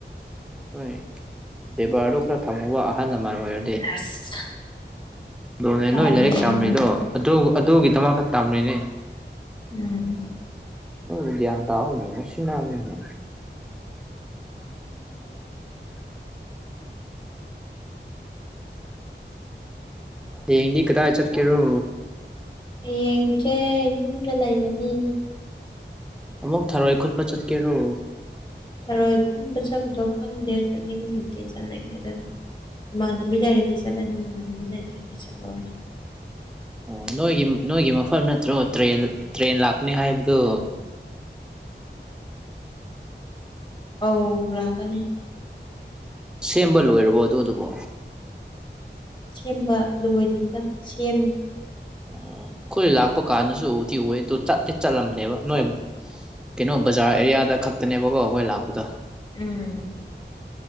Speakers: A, in the centre; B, on the left.
A: ꯍꯣꯏ ꯕꯦꯕꯥꯔꯗꯣ ꯈꯔ ꯊꯝꯃꯨꯕ ꯑꯍꯜ ꯂꯃꯟ ꯑꯣꯏꯔꯗꯤ
B: ꯑꯁ
A: ꯑꯗꯨꯅꯦ
B: ꯌꯥꯝ
A: ꯅꯣꯏ ꯂꯥꯏꯔꯤꯛ
B: ꯌꯦꯡꯉꯦꯅꯦ
A: ꯇꯝꯔꯤꯗꯣ ꯑꯗꯨ ꯑꯗꯨꯒꯤꯗꯃꯛꯇ ꯇꯝꯔꯤꯅꯦ
B: ꯎꯝ
A: ꯅꯣꯏꯕꯨ ꯒꯌ꯭ꯥꯟ ꯇꯥꯑꯣꯅꯦ ꯉꯥꯎꯁꯤꯟꯅꯅꯨꯅꯦ <inaudible> <inaudible> ꯍꯌꯦꯡꯗꯤ ꯀꯗꯥꯏ ꯆꯠꯀꯦꯔꯣ
B: ꯍꯌꯦꯡꯁꯦ ꯌꯨꯝꯗ ꯂꯩꯒꯅꯤ
A: ꯑꯃꯨꯛ ꯊꯥꯔꯣꯏ ꯈꯨꯟꯕ ꯆꯠꯀꯦꯔꯣ
B: ꯊꯔꯣꯏ ꯈꯨꯟꯕ ꯆꯥꯕꯗꯣ ꯈꯪꯗꯦ ꯆꯠꯅꯤꯡꯉꯗꯤ ꯆꯠꯅꯤꯡꯉꯦꯗꯅ ꯏꯃꯥꯟꯅꯕꯤ ꯂꯩꯔꯗꯤ ꯆꯠꯂꯅꯤ ꯏꯃꯥꯟꯅꯕꯤ ꯂꯩꯇ꯭ꯔꯗꯤ ꯆꯠꯂꯣꯏ
A: ꯑꯣ ꯅꯣꯏꯒꯤ ꯅꯣꯏꯒꯤ ꯃꯐꯝ ꯅꯠꯇ꯭ꯔꯣ ꯇ꯭ꯔꯦꯟ ꯇ꯭ꯔꯦꯟ ꯂꯥꯛꯀꯅꯤ ꯍꯥꯏꯕꯗꯨ
B: ꯑꯧ ꯂꯥꯛꯀꯅꯤ
A: ꯁꯦꯝꯕ ꯂꯣꯏꯔꯕꯣ ꯑꯗꯨꯗꯨꯕꯣ
B: ꯁꯦꯝꯕ ꯂꯣꯏꯗ꯭ꯔꯤꯗ ꯁꯦꯝꯃꯤ
A: ꯑꯣ ꯑꯩꯈꯣꯏ ꯂꯥꯛꯄ ꯀꯥꯟꯗꯁꯨ ꯎꯗꯤ ꯎꯏ ꯑꯗꯨ ꯆꯠꯇꯤ ꯆꯠꯂꯝꯗꯦꯕ ꯅꯣꯏ ꯀꯩꯅꯣ ꯕꯖꯥꯔ ꯑꯦꯔꯤꯌꯥꯗ ꯈꯛꯇꯅꯦꯕꯀꯣ ꯑꯩꯈꯣꯏ ꯂꯥꯛꯄꯗꯣ
B: ꯎꯝ